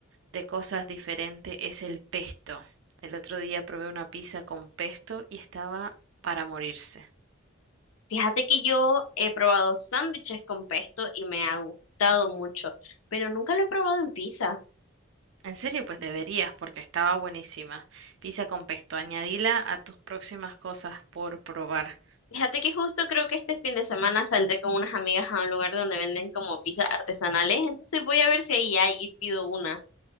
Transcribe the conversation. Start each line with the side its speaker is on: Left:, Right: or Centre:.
Right: de cosas diferentes es el pesto. El otro día probé una pizza con pesto y estaba para morirse.
Left: Fíjate que yo he probado sándwiches con pesto y me ha gustado mucho, pero nunca lo he probado en pizza.
Right: En serio, pues deberías, porque estaba buenísima. Pizza con pesto, añadila a tus próximas cosas por probar.
Left: Fíjate que justo creo que este fin de semana saldré con unas amigas a un lugar donde venden como pizzas artesanales, entonces voy a ver si ahí hay y pido una.